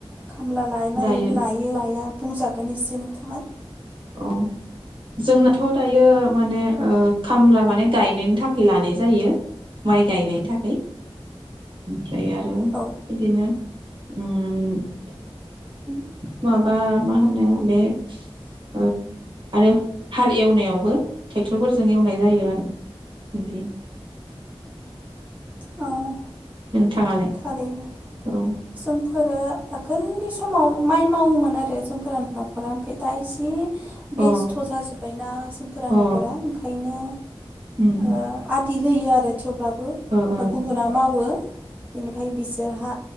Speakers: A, on the right; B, on the right.
A: खामला लानाय
B: दायो
A: लायो लाया बुंजा नि एसे नोंथाङा
B: औ जोंनाथ' दायो माने ओ खामला माने गायनायनि थाखाय लानाय जायो माइ गायनायनि थाखाय फ्राय आरो
A: औ
B: बिदिनो <unintelligible> माबा मा होनो बे ओ आरो हाल एवनायावबो ट्रेक्टरफोरजों एवनाय जायो आरो बिदि
A: औ
B: नोंथाङालाय
A: थारैनो
B: औ
A: जोंफोरो आगोलनि समाव माइ मावोमोन आरो जोंफोर न'खरा ओमफ्राय दा इसे
B: अ
A: बेस्थ' जाजोबबायना जोंफोरा
B: अ
A: न'खरा ओंखायनो
B: उम
A: ओ बिदि होयो आरो थेवबा अम
B: ओ ओ
A: गुबुना मावो बिनिफ्राय बिसोरहा